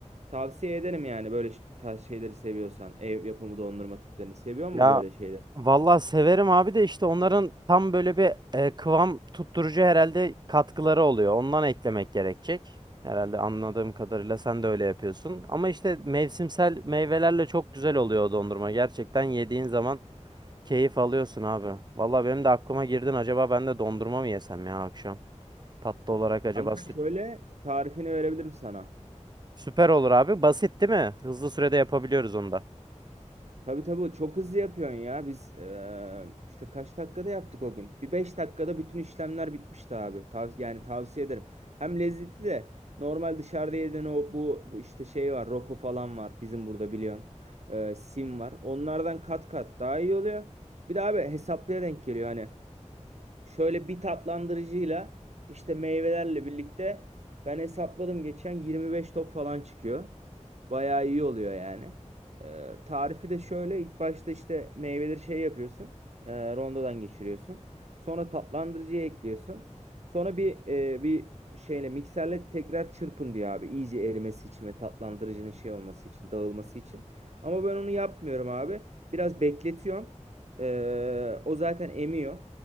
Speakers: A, on the right; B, on the right.
A: Tavsiye ederim yani böyle ş- tarz şeyleri seviyorsan. Ev yapımı dondurma tiplerini seviyor mu
B: Ya
A: böyle şeyleri?
B: valla severim abi de işte onların tam böyle bir e, kıvam tutturucu herhalde katkıları oluyor. Ondan eklemek gerekecek. Herhalde anladığım kadarıyla sen de öyle yapıyorsun. Ama işte mevsimsel meyvelerle çok güzel oluyor o dondurma. Gerçekten yediğin zaman Keyif alıyorsun abi. Valla benim de aklıma girdin. Acaba ben de dondurma mı yesem ya akşam? Tatlı olarak acaba
A: Kanka
B: süt.
A: şöyle tarifini verebilirim sana.
B: Süper olur abi. Basit değil mi? Hızlı sürede yapabiliyoruz onu da.
A: Tabii tabii çok hızlı yapıyorsun ya. Biz eee, işte kaç dakikada yaptık o gün? Bir 5 dakikada bütün işlemler bitmişti abi. Tav yani tavsiye ederim. Hem lezzetli de normal dışarıda yediğin o bu, bu işte şey var. Roko falan var bizim burada biliyorsun. Eee, sim var. Onlardan kat kat daha iyi oluyor. Bir de abi hesaplıya denk geliyor hani. Şöyle bir tatlandırıcıyla işte meyvelerle birlikte ben hesapladım geçen 25 top falan çıkıyor. Bayağı iyi oluyor yani. Ee, tarifi de şöyle ilk başta işte meyveleri şey yapıyorsun. E, rondodan geçiriyorsun. Sonra tatlandırıcıya ekliyorsun. Sonra bir e, bir şeyle mikserle tekrar çırpın diyor abi. İyice erimesi için ve tatlandırıcının şey olması için, dağılması için. Ama ben onu yapmıyorum abi. Biraz bekletiyorum. Ee, o zaten emiyor.